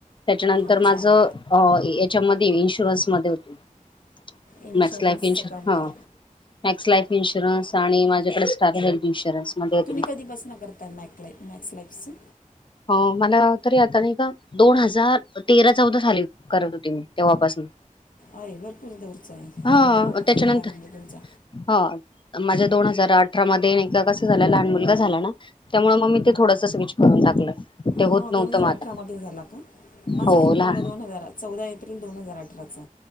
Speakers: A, on the left; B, on the left.
A: त्याच्यानंतर
B: अच्छा
A: माझं अ याच्यामध्ये इन्शुरन्समध्ये होती मी.
B: इन्शुरन्सचं
A: मॅक्स लाइफ इश हा
B: काम कर
A: मॅक्स लाईफ इन्शुरन्स. आणि माझ्याकडे स्टार हेल्थ इन्शुरन्स मध्ये होती.
B: तुम्ही कधीपासनं करताय मॅक मॅक्स लाईफचं?
A: हो, मला तरी आता नाही का, दोन हजार तेरा चौदा साली करत होती मी तेव्हापासून.
B: अय भरपूर दूरचा आहे,
A: हा
B: अनुभव मग
A: त्याच्यानंतर
B: चांगला हाय म्हणजे तुमचा.
A: हा, माझ्या दोन हजार अठरा मध्ये अन एकदा कसं झालं लहान मु लगा झाला ना, त्यामुळं मग मी ते थोडसं स्विच करून टाकलं. ते होत
B: हा
A: नव्हतं
B: दोन हजार
A: मला
B: अठरा मध्ये झाला का? माझा
A: हो
B: ही मुलगा
A: लहान
B: दोन हजारा चौदा एप्रिल दोन हजार अठराचा.